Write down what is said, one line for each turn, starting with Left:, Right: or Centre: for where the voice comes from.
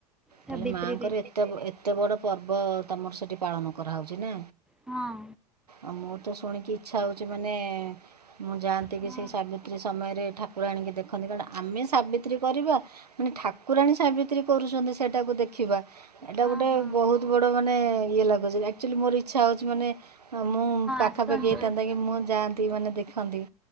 Centre: ସାବିତ୍ରୀରେ
Right: ତାହେଲେ ମାଙ୍କର ଏ ଏତେ ଏତେ ବଡ଼ ପର୍ବ ତମର ସେଠି ପାଳନ କରାହେଉଛି ନା।
Centre: ହଁ।
Right: ଆଉ ମୁଁ ତ ଶୁଣିକି ଇଚ୍ଛା ହଉଛି ମାନେ ମୁଁ ଯାଆନ୍ତି
Centre: ହଁ
Right: କି ସେଇ ସା ତ୍ରୀ ସମୟରେ ଠାକୁର ଆଣିକି ଦେଖନ୍ତି କାରଣ ଆମେ ସାବିତ୍ରୀ କରିବା ପୁଣି ଠାକୁ କୁରାଣୀ ସାବିତ୍ରୀ କରୁଛନ୍ତି ସେଇଟାକୁ ଦେଖିବା ଏଇଟା
Centre: ହଁ
Right: ଗୋଟେ
Centre: ହଁ ହଁ
Right: ବହୁତ। ବଡ ମାନେ ଇଏ ଲାଗୁଚି ଆକଚୁଆଲି ମୋର ଇଛା ହଉଛି ମାନେ ଆଉ ମୁଁ ପାଖାପାଖି
Centre: ଆସନ୍ତୁ
Right: ହେଇଥାନ୍ତା କି ମୁଁ ଯାଆନ୍ତି ମାନେ ଦେଖନ୍ତି।